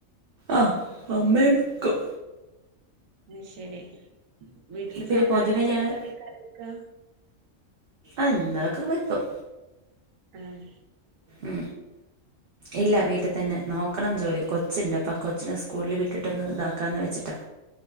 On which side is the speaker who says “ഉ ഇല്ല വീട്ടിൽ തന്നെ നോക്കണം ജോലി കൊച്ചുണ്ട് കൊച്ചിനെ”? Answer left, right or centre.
Right